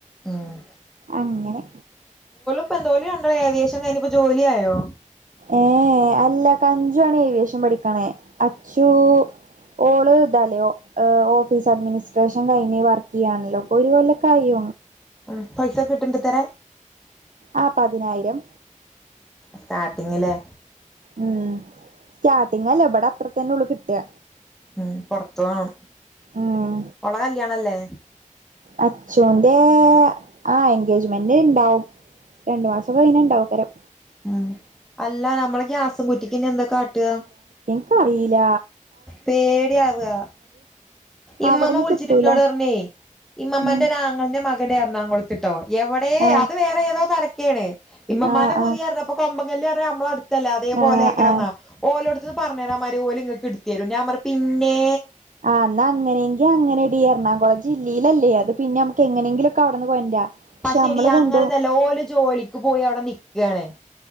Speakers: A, in the centre; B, on the right.
A: ഉം
B: അങ്ങനെ
A: പ്പൊന്താ ഓൽ രണ്ടാളും ഏവിയേഷൻ കയ്ഞ്ഞ് പ്പോ ജോലിയായോ
B: ഏ ഏ അല്ല കഞ്ചു ആണ് ഏവിയേഷൻ പഠിക്കണേ അച്ചു ഓള് ഇതാല ഓഫീസ് അഡ്മിനിസ്ട്രേഷൻ കയ്ഞ് വർക്ക്യ്യാണല്ലോ പ്പ ഒരു കൊല്ലക്കായി
A: ആ പൈസ കിട്ടേണ്ട് ഇത്രേ
B: ആഹ് പതിനായിരം
A: സ്റ്റാർട്ടിങ്ങിലേ
B: ഉം സ്റ്റാർട്ടിങ്ല്ലേ ഇവിടെ അത്ര തന്നെ ഉ കി കിട്ട്അ
A: മ്മ് പൊറത്ത് പോണം
B: ഉം
A: ഓളെ കല്യാണല്ലേ
B: അച്ചൂന്റെ ആ എൻഗേജ്മെന്റ് ഇണ്ടാവും. രണ്ടു മാസം കഴിഞ്ഞാ ഇണ്ടാവേക്കാരം
A: മ്മ് അല്ല നമ്മളെ ഗ്യാസും കുറ്റി റ്റിക്ക്ന്ന്യ ന്താ കാട്ട്ആ
B: ഇൻകറീല
A: പേട്യാവാ ഇമ്മമ്മ
B: അവിടുന്ന്
A: വിളിച്ചിട്ട്
B: കിട്ടൂല
A: ഇന്നോടറ്ഞേ ഇമ്മമ്മന്റെ
B: ഉം
A: ഒരാങ്ങളൻ്റെ മകന്റ് എറണാകുളത്ത് തിട്ടോ <unintelligible> എവടെ
B: ആ
A: അത് വേറെ ഏതോ തര ക്കേണ് ഇമ്മമ്മാന്റെ
B: ആ
A: പൂതിപറഞ്ഞ
B: ആ
A: ഇപ്പോ കൊമ്പങ്കല്ല് പറഞ്ഞാ നമ്മളെ അട്ത്തല്ലേ അതേ പോലേക്കരം
B: ആ ആ
A: ന്നാ ഓലെടുത്ത്ന്ന് പറഞ്ഞാ മതി ഓല് ങ്ങക്ക് എടു തരും ഞാൻ പറഞ്ഞ് പിന്നെ
B: ആ ന്നാ അങ്ങനെങ്കി അങ്ങനെ ടി എറണാകുളം ജില്ല ലല്ലേ അത് പിന്നെ നമക്ക് എങ്ങനെങ്കിലൊക്കെവിടന്ന് കൊണ്ടരാ പക്ഷെ
A: പക്ഷെടി
B: നമ്മള്
A: അങ്ങനൊന്നല്ല
B: കൊണ്ടോവും
A: ഓല് ജോലിക്ക് പോയി അവിടെ നിക്കാണ്